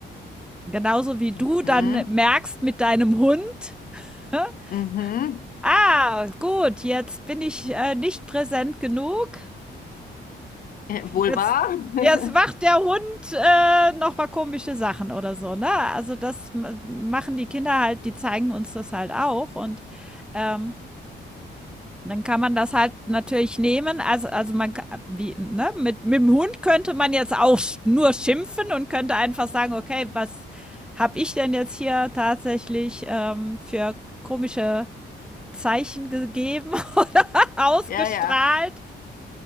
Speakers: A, in the centre; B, on the left.
A: Genauso wie du
B: Hm.
A: dann merkst mit deinem Hund, <laughs>
B: Mhm.
A: „Ah, gut, jetzt bin ich, äh, nicht präsent genug.
B: <laughs> Wohl
A: Jetzt
B: wahr? <laughs>
A: jetzt macht der Hund, äh, noch mal komische Sachen“ oder so, ne? Also, das ma machen die Kinder halt, die zeigen uns das halt auch und, ähm Dann kann man das halt natürlich nehmen. Also, also man, ka- wie, ne, mit, mit dem Hund könnte man jetzt auch sch- nur schimpfen und könnte einfach sagen, okay, was habe ich denn jetzt hier tatsächlich ähm, für komische Zeichen gegeben <laughs> oder ausgestrahlt?
B: Ja, ja.